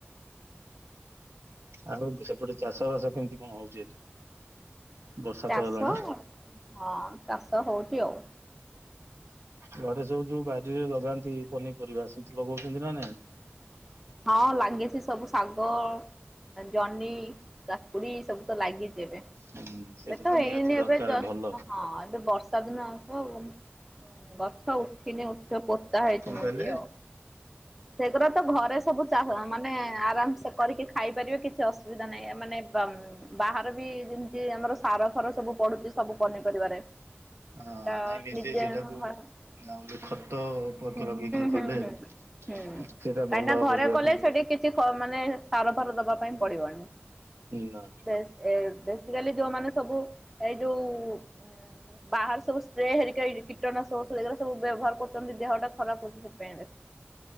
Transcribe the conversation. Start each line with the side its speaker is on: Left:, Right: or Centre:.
Right: ଆଉ ସେପଟେ ଚାଷ ବାସ କେମିତି କଣ ହଉଛି ଏବେ? ବର୍ଷା
Centre: ଚାଷ
Right: ତ ହେଲାଣି
Centre: ହଁ ଚାଷ ହଉଛି ଆଉ
Right: ଘରେ ସବୁ ଯୋଉ ବାରିରେ ଲଗାନ୍ତି ପନିପରିବା ସେମିତି ଲଗଉଛନ୍ତି ନା ନାଇଁ?
Centre: ହଁ ଲାଗିଛି ସବୁ ଶାଗ ଜହ୍ନି କାକୁଡି ସବୁ ତ ଲାଗିଛି ଏବେ। ଏବେ
Right: ହୁଁ ସେଇଟା
Centre: ତ ହେଇନି
Right: ନିହାତି ଦରକାର
Centre: ଏବେ ଜଷ୍ଟ
Right: ଭଲ।
Centre: ହଁ ଏବେ ବର ଦିନ ହେଲା ଗଛ ଉଠିନି ଉଠିବ ପୋତା ହେଇଛି
Right: କଣ
Centre: ମଞ୍ଜି
Right: କହିଲେ
Centre: ଆଉ ସେଗୁଡ଼ାକ ତ ଘରେ ସବୁ ଚାଷ ମାନେ ଆରାମସେ କରିକି ଖାଇପାରିବେ କିଛି ଅସୁବିଧା ନାହିଁ ମାନେ ବାହାରେ ବି ଯେମିତି ଆମର ସାର ଫାର ସବୁ ପଡୁଛି ସବୁ ପନିପରିବାରେ।
Right: ହଁ,
Centre: ଟା
Right: ନାଇଁ ନିଜେ ସେଇଟାକୁ
Centre: ହୁଁ ହୁଁ
Right: ଆ ଖତ ପତ ଲଗେଇକି
Centre: ହୁଁ
Right: କଲେ
Centre: ହୁଁ କାହିଁକିନା
Right: ସେଟା ଭଲ ହବ
Centre: ଘରେ
Right: ଦିଆହବା
Centre: କଲେ
Right: ପାଇଁ।
Centre: ସେଠି କିଛି ମାନେ ସାର ଫାର ଦବା ପାଇଁ ପଡିବନି
Right: ନା
Centre: ବେଶ ଏ ଆଜି କାଲି ଯୋଉମାନେ ସବୁ ଏଇ ଯୋଉ ବାହାରେ ସବୁ ସ୍ପ୍ରେ ହେରିକା କୀଟନାଶ ଔଷଧ ସବୁ ଏଗାର ସବୁ ବ୍ୟବହାର କରୁଛନ୍ତି ଦେହଟା ଖରାପ ହଉଛି ସେଥିାପାଇଁ।